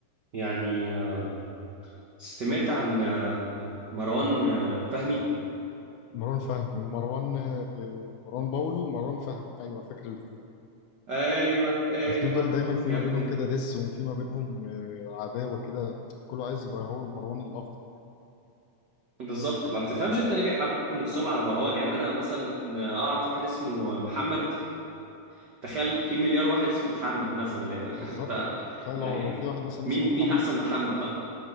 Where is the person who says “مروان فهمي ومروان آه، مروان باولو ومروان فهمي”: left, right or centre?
Left